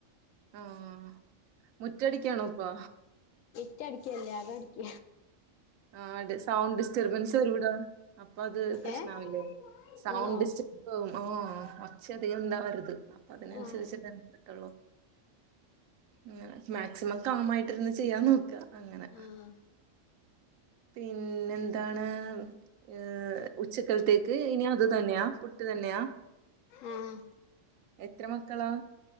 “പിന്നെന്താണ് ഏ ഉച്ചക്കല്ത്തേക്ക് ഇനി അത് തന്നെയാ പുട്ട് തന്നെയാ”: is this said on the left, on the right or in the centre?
Right